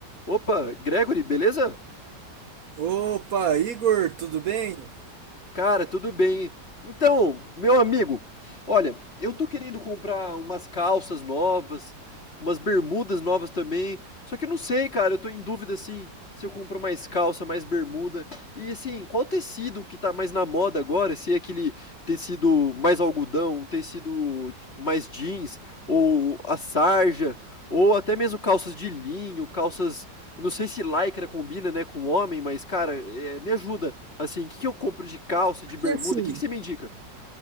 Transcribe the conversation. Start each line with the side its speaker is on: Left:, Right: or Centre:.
Left: Opa, Gregory, beleza?
Right: Opa, Igor, tudo bem?
Left: Cara, tudo bem. Então, meu amigo, olha, eu tô querendo comprar umas calças novas, umas bermudas novas também. Só que eu não sei, cara, eu tô em dúvida assim, se eu compro mais calça, mais bermuda. E assim, qual tecido que tá mais na moda agora? Se é aquele tecido mais algodão, um tecido mais jeans, ou a sarja, ou até mesmo calças de linho, calças. Não sei se lycra combina, né, com homem, mas, cara, é, me ajuda. Assim, o que, que eu compro de calça, de
Right: É que
Left: bermuda?
Right: assim,
Left: O que, que você me indica?